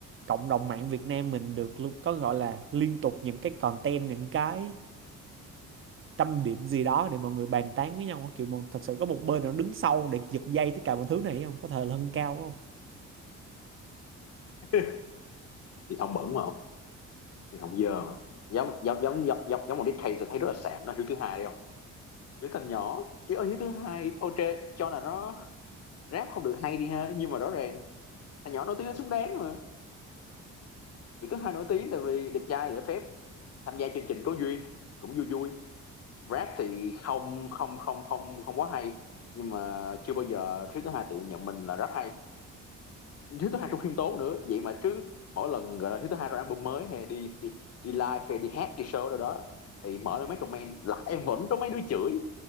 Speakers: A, on the right; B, on the left.
A: cộng đồng mạng Việt Nam mình được lu- có gọi là liên tục những cái content những cái tâm điểm gì đó để mọi người bàn tán với nhau kiểu mà thật sự có một bên nào đứng sau để giật dây tất cả mọi thứ này không có thể là hơn cao không
B: <laughs> thì thông bẩn mà không thì thông dơ mà giống giống giống giống giống một cái case tôi thấy rất là sạm đó hiếu thứ hai đi không đứa thằng nhỏ chứ ở hiếu thứ hai ok cho là nó rap không được hay đi ha nhưng mà rõ ràng thằng nhỏ nổi tiếng nó xứng đáng mà hiếu thứ hai nổi tiếng tại vì đẹp trai lễ phép tham gia chương trình có duyên cũng vui vui rap thì không không không không không quá hay nhưng mà chưa bao giờ hiếu thứ hai tự nhận mình là rap hay Hiếu thứ hai trong khiêm tốn nữa vậy mà chứ mỗi lần gọi là Hiếu thứ hai ra album mới hay đi đi đi live hay đi hát đi show đâu đó thì mở lên mấy comment lại vẫn có mấy đứa chửi